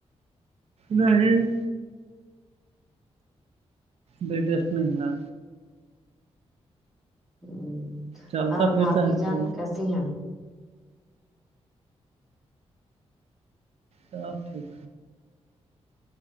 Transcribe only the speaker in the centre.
ہ
اور
بھاابھی
جان
کیسی ہیں